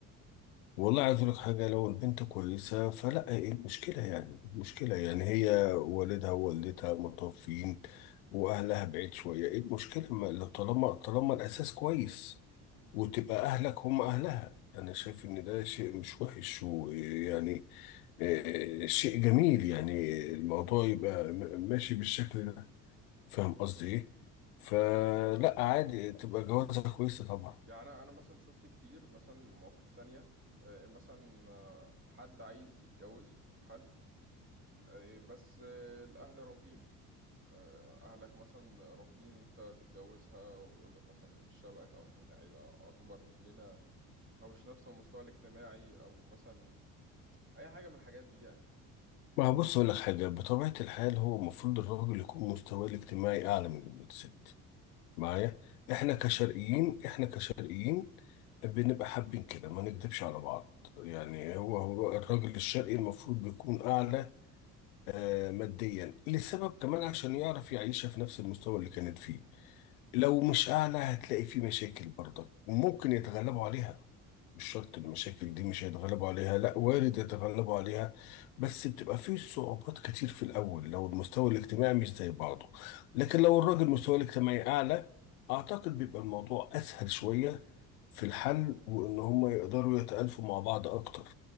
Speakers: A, on the left; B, on the right.
A: والله عايز اقول لك حاجه لو البنت كويسه فلا ايه المشكله يعني إيه المشكله يعني هي والدها ووالدتها متوفيين واهلها بعيد شويه ايه المشكله ما- طالما طالما الاساس كويس وتبقى
B: مم.
A: اهلك هم اهلها انا شايف ان ده شيء مش وحش ويعني آه، شيء جميل يعني الموضوع يبقى م- ماشي بالشكل ده فاهم قصدي ايه فلا
B: طب آه،
A: عادي تبقى جوازها كويسه طبعا
B: يعني انا أنا مثلا شفت كتير مثلا مواقف تانية آه، مثلا آه، حد عايز يتجوز حلو آه، بس آه، الاهل رافضين آه، اهلك مثلا رافضين انت تتجوزها ويقول لك مثلا دي مش شبهك او من عيلة اكبر مننا او مش نفس المستوى الاجتماعي او مثلا اي حاجة من الحاجات دي يعني
A: ما هو بص أقول لك حاجة بطبيعة الحال هو المفروض الراجل يكون مستواه الاجتماعي أعلى من الست معايا
B: مم. معاك
A: إحنا كشرقيين إحنا كشرقيين بنبقى حابين كده ما نكدبش على بعض يعني هو هو الراجل الشرقي المفروض بيكون أعلى آه، ماديا لسبب كمان عشان يعرف يعيشها في نفس المستوى اللي كانت فيه لو مش أعلى هتلاقي في مشاكل برضك وممكن يتغلبوا عليها مش شرط المشاكل
B: صح
A: دي مش هيتغلبوا عليها لا وارد يتغلبوا عليها بس بتبقى فيه صعوبات كتير في الأول لو المستوى الاجتماعي مش زي بعضه لكن لو الراجل مستواه الاجتماعي أعلى أعتقد بيبقى الموضوع أسهل شوية في الحل وإن هم يقدروا يتألفوا مع بعض أكتر